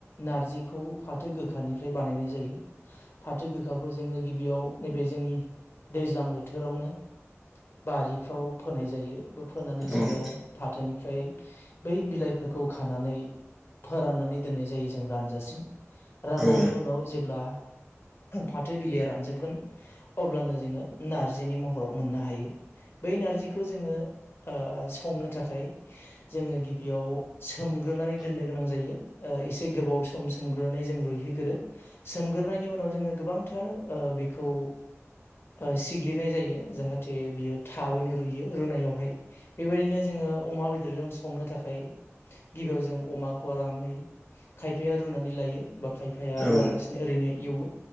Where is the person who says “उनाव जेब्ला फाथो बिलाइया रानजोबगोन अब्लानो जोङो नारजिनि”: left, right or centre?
Left